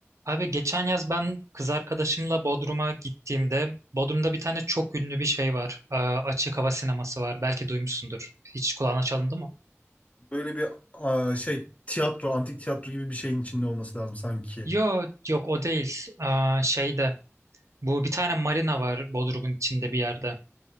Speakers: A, on the right (about 85°); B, on the left (about 30°).
A: Abi geçen yaz ben kız arkadaşımla Bodrum'a gittiğimde Bodrum'da bir tane çok ünlü bir şey var. Ee, açık hava sineması var. Belki duymuşsundur. Hiç kulağına çalındı mı?
B: Böyle bir aa, şey tiyatro, antik tiyatro gibi bir şeyin içinde olması lazım sanki.
A: Yo, yok o değil. Ee, şeyde bu bir tane marina var Bodrum'un içinde bir yerde.